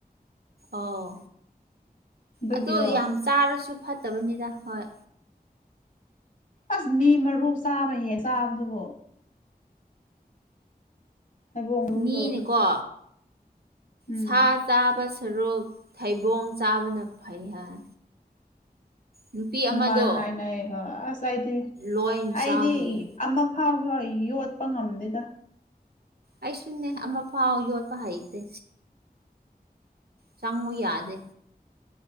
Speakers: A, on the right; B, on the left.
A: ꯑꯣ
B: ꯑꯗꯨꯒꯤꯔꯣ
A: ꯑꯗꯨꯣ ꯌꯥꯝ ꯆꯥꯔꯁꯨ ꯐꯠꯇꯕꯅꯤꯗ ꯍꯣꯏ
B: ꯑꯁ ꯃꯤ ꯃꯔꯨ ꯆꯥꯕ ꯍꯦ ꯆꯥꯕꯗꯨꯕꯨ ꯊꯩꯕꫭꯡ ꯃꯔꯨꯗꯣ
A: ꯃꯤꯅꯀꯣ
B: ꯎꯝ
A: ꯁꯥ ꯆꯥꯕ ꯁꯔꯨꯛ ꯊꯩꯕꯣꯡ ꯆꯥꯕꯅ ꯐꯩ ꯍꯥꯏ ꯅꯨꯄꯤ
B: ꯑꯗꯨꯃꯥꯏꯅ
A: ꯑꯃꯗꯣ
B: ꯍꯥꯏꯅꯩ ꯍꯣꯏ ꯑꯁ ꯑꯩꯗꯤ
A: ꯂꯣꯏ
B: ꯑꯩꯗꯤ
A: ꯆꯥꯈꯤꯌꯦ
B: ꯑꯃ ꯐꯕ꯭ꯔꫭ ꯌꯣꯠꯄ ꯉꯝꯗꯦꯗ
A: ꯑꯩꯁꯨꯅꯦ ꯑꯃꯐꯥꯎ ꯌꯣꯠꯄ ꯍꯩꯇꯦ ꯆꯪꯉꫭ ꯌꯥꯗꯦ